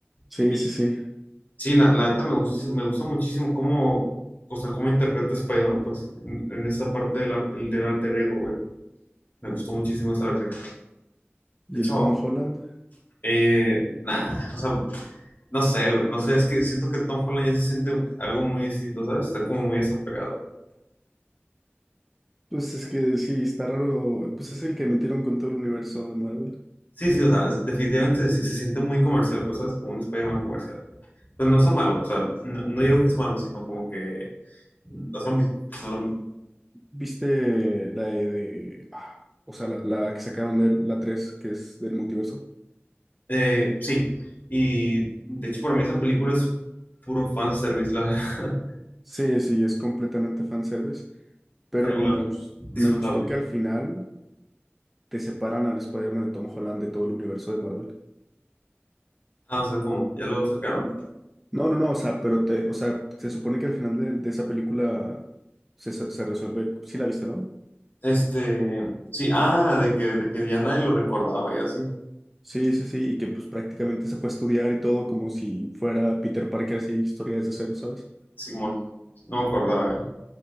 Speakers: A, in the centre; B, on the left.
A: Sí,
B: Y
A: sí, sí.
B: sí, la, la neta me gusta, me gusta muchísimo cómo, o sea, cómo interpreta Spider-Man, pues, en, en esa parte del arte, del alter ego, güey. Me gustó muchísimo esa versión.
A: ¿Y
B: De hecho,
A: el Tom Holland?
B: Eh, nah, o sea, no sé, güey, no sé, es que siento que Tom Holland ya se siente algo muy distinto, ¿sabes? Está como muy desapegado.
A: Pues es que sí, está raro. Pues es el que metieron con todo el universo de Marvel.
B: Sí, sí, o sea, definitivamente se, se siente muy comercial, pues, ¿sabes? Como un Spider-Man comercial. Pero no está malo, o sea, no, no digo que es malo, sino como que no es lo mismo, no es lo mismo.
A: ¿Viste la de... de- ah, o sea, la, la que sacaron de él, la 3 que es del multiverso?
B: Eh, sí, y de hecho para mí esa película es puro fanservice, la verdad.
A: Sí, sí, es completamente fanservice. Pero
B: <laughs> Pero igual,
A: me gus-
B: disfrutable.
A: me gustó que al final te separan al Spider-Man de Tom Holland de todo el universo de Marvel.
B: Ah, o sea, ¿cómo? ¿Ya lo sacaron?
A: No, no, no, o sea, pero te, o sea, se supone que al final de, de esa película se, se se resuelve, sí la viste, ¿no?
B: Este, sí, ah, de que, de que ya nadie lo recordaba y así.
A: Sí, sí, sí, y que pues prácticamente se fue a estudiar y todo como si fuera Peter Parker así, historia desde cero, ¿sabes?
B: Simón, no me acordaba, eh.